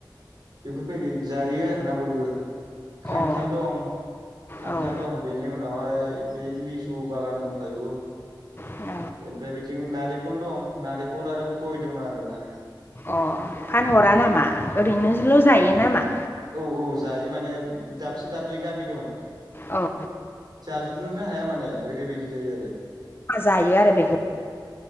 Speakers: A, on the right; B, on the left.
A: बेफोरबायदि जायो आरोना बयबो। खान्थाल
B: औ
A: दं खान्थाल
B: अ औ
A: दं बेनि उनावहाय बे लिसु सु बागान दंखायु।
B: औ
A: ओमफ्राय बिथिं नारेंखल दं नारेंखल आरो गय दं आरोना।
B: अ फानहरा नामा ओरैनोल' जायो नामा?
A: औ औ जायो माने दाबसे दाबनै गामि दं।
B: औ।
A: जाजुबनोनो हाया माने ओरैबायदि जायो आरो।
B: जायो आरो बेखौ